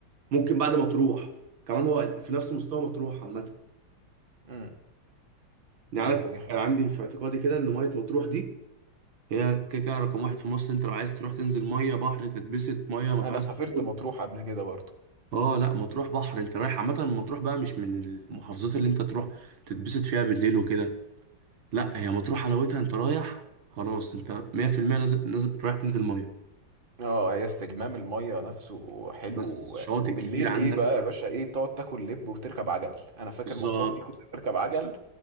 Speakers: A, on the right (about 75°); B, on the right (about 25°).
A: ممكن بعد ما تروح كمان هو في نفس مستوى مطروح عامه
B: امم
A: يعني
B: ايوه
A: انا
B: دي حقيقة
A: كان عندي في اعتقادي كده ان ميه مطروح دي هي كده كده رقم واحد في مصر انت لو عايز تروح تنزل ميه بحر تتبسط ميه ما
B: انا
A: فيهاش
B: سافرت
A: صخور
B: مطروح قبل كده برضو
A: اه لا مطروح بحر انت رايح عامه مطروح بقى مش من المحافظات اللي انت تروح تتبسط فيها بالليل وكده لا هي مطروح حلاوتها انت رايح خلاص انت 100% نازل نازل رايح تنزل ميه
B: اه هي استجمام المية نفسه حلو
A: بس
B: و-
A: شواطئ
B: وبالليل
A: كتير عندك
B: ايه بقى يا باشا ايه تقعد تاكل لب وتركب عجل انا فاكر
A: بالظبط
B: مطروح دي كنت بركب عجل